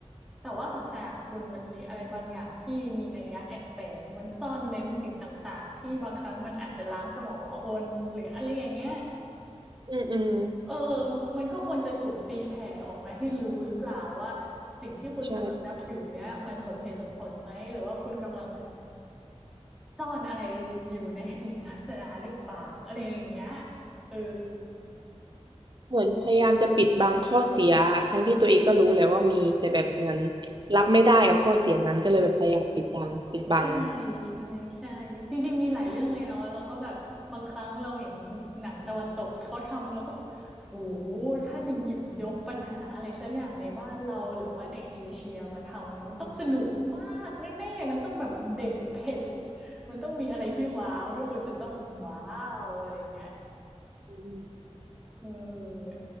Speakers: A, in the centre; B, on the right.
A: แต่ว่าศาสนาคุณมันมีอะไรบางอย่างที่มีนัยยะแอบแฝงมันซ่อนเร้นสิ่งต่างๆที่บางครั้งมันอาจจะล้างสมองคนหรืออะไรอย่างเงี้ย
B: อืมอืม
A: เออมันก็ควรจะถูกตีแผ่ออกมาให้รู้หรือเปล่าว่าสิ่งที่คุณกำลังนับถือเนี้ยมันสมเหตุสมผลไหมหรือว่าคุณกำลัง
B: ใช่
A: ซ่อนอะไรอยู่ใน <laughs> ศาสนาหรือเปล่าอะไรอย่างเงี้ยเออ
B: เหมือนพยายามจะปิดบังข้อเสียทั้งที่ตัวเองก็รู้แหละว่ามีแต่แบบเหมือนรับไม่ได้กับข้อเสียนั้นก็เลยแบบพยายามปิดบังปิดบัง
A: ใช่ใช่ใช่จริงๆมีหลายเรื่องเลยเนาะแล้วก็แบบบางครั้งเราเห็นหนังตะวันตกเขาทำแล้วก็แบบโหถ้าจะหยิบยกปัญหาอะไรสักอย่างในบ้านเราหรือว่าในเอเชียมาทำนะมันต้องสนุกมากแน่ๆมันต้องแบบเด็ดเผ็ดมันต้องมีอะไรที่ว้าวทุกคนจะต้องว้าวอะไรอย่างเงี้ย
B: อืม
A: เออ